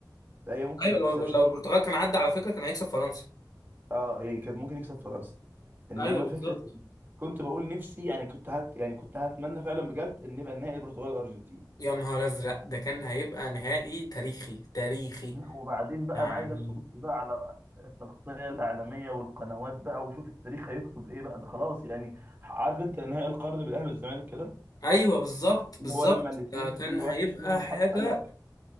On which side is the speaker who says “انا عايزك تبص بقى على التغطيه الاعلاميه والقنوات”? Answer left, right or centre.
Right